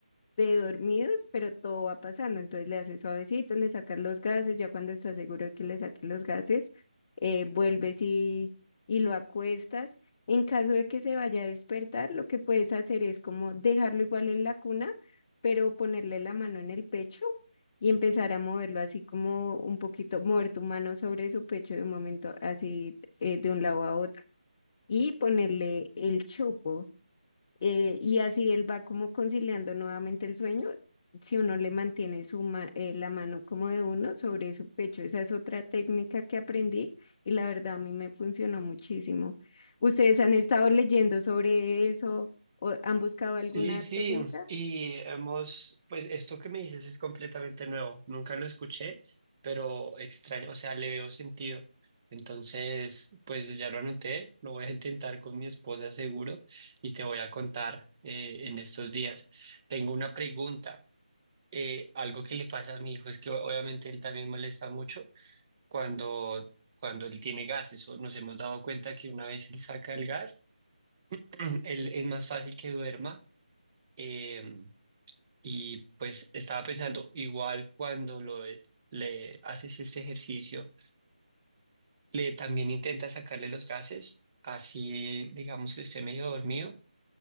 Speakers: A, on the left; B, on the right.
A: de dormidos, pero todo va pasando. Entonces le haces suavecito, le sacas los gases, ya cuando estás seguro de que le saques los gases, eh, vuelves y, y lo acuestas. En caso de que se vaya a despertar, lo que puedes hacer es como dejarlo igual en la cuna, pero ponerle la mano en el pecho y empezar a moverlo así como un poquito, mover tu mano sobre su pecho de un momento así eh, de un lado a otro y ponerle el chupo eh, y así él va como conciliando nuevamente el sueño. Si uno le mantiene su ma- eh, la mano como de uno sobre su pecho, esa es otra técnica que aprendí y la verdad a mí me funcionó muchísimo. ¿Ustedes han estado leyendo sobre eso o han buscado alguna
B: Sí, sí,
A: técnica?
B: y hemos, pues esto que me dices es completamente nuevo, nunca lo escuché, pero extraño, o sea, le veo sentido. Entonces, pues ya lo anoté, lo voy a intentar con mi esposa seguro y te voy a contar eh, en estos días. Tengo una pregunta, eh, algo que le pasa a mi hijo es que o- obviamente él también molesta mucho cuando, cuando él tiene gases, o nos hemos dado cuenta que una vez él saca el gas, <clears throat> él es más fácil que duerma. em, y pues estaba pensando, igual cuando lo, e, le haces este ejercicio, le también intenta sacarle los gases, así digamos que esté medio dormido